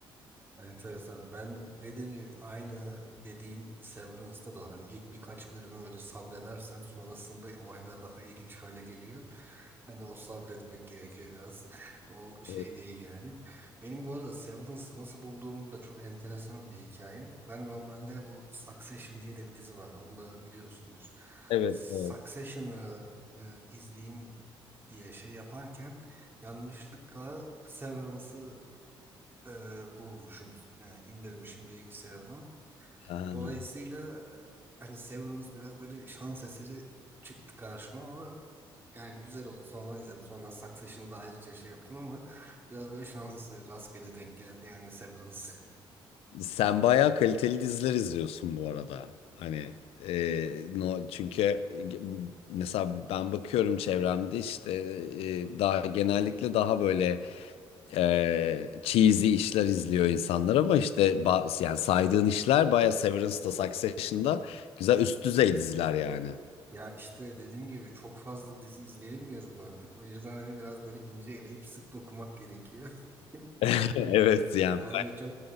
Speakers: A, on the right; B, on the left.
A: Enteresan. Ben dediğim gibi aynı dediğin Severance'da da hani ilk birkaç bölümü böyle sabredersen sonrasında olaylar daha ilginç hale geliyor. Hani o sabretmek gerekiyor biraz. O şey
B: Evet,
A: değil yani. Benim bu arada Severance'ı nasıl bulduğum da çok enteresan bir hikaye. Ben normalde bu Succession diye de bir dizi var. Onu da biliyorsundur.
B: evet.
A: Succession'ı
B: evet.
A: e, izleyeyim diye şey yaparken yanlışlıkla Severance'ı e, bulmuşum, e, indirmişim bilgisayarıma.
B: Ha.
A: Dolayısıyla e, hani Severance biraz böyle şans eseri çıktı karşıma ama yani güzel oldu. Sonra izledim. Sonra Succession'ı da ayrıca şey yaptım ama biraz böyle şans eseri rastgele denk geldi yani Severance.
B: Sen bayağı kaliteli diziler izliyorsun bu arada. Hani e, no, çünkü e, mesela ben bakıyorum çevremde işte e, daha genellikle daha böyle e, cheesy işler izliyor insanlar ama işte ba- yani saydığın işler bayağı Severance'da, Succession'da güzel üst düzey diziler yani.
A: Ya işte dediğim gibi çok fazla dizi izleyemiyorum artık. O yüzden hani biraz böyle ince eleyip sık dokumak gerekiyor. <laughs>
B: <laughs> Evet yani
A: Yani çok